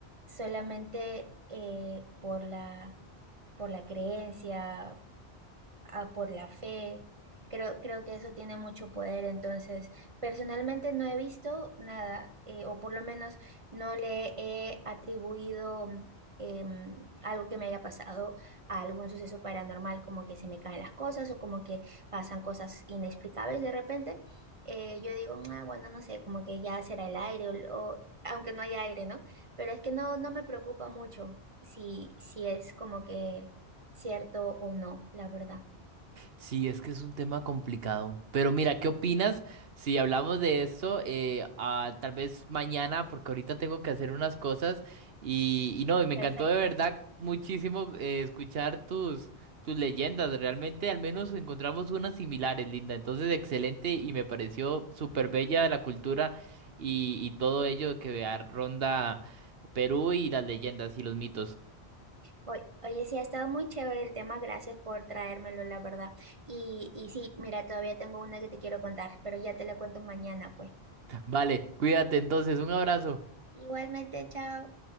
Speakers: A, on the right; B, on the right.
A: solamente eh, por la, por la creencia, a por la fe. Creo, creo que eso tiene mucho poder. Entonces, personalmente no he visto nada, eh, o por lo menos no le he atribuido mm, em, algo que me haya pasado a algún suceso paranormal, como que se me caen las cosas o como que pasan cosas inexplicables de repente. Eh, yo digo, "Ah, bueno, no sé, como que ya será el aire, o, o- aunque no haya aire, ¿no? Pero es que no, no me preocupa mucho si, si es como que cierto o no, la verdad.
B: Sí, es que es un tema complicado. Pero mira, ¿qué opinas si hablamos de eso eh, ah, tal vez mañana? Porque ahorita tengo que hacer unas cosas. Y, y no, y me
A: Perfecto.
B: encantó de verdad muchísimo eh, escuchar tus, tus leyendas. Realmente al menos encontramos unas similares, Linda. Entonces, excelente y me pareció súper bella la cultura y, y todo ello que ah, ronda Perú y las leyendas y los mitos.
A: Oy- Oye, sí, ha estado muy chévere el tema, gracias por traérmelo, la verdad. Y, y sí, mira, todavía tengo una que te quiero contar, pero ya te la cuento mañana, pues.
B: Vale, cuídate entonces. Un abrazo.
A: Igualmente, chao.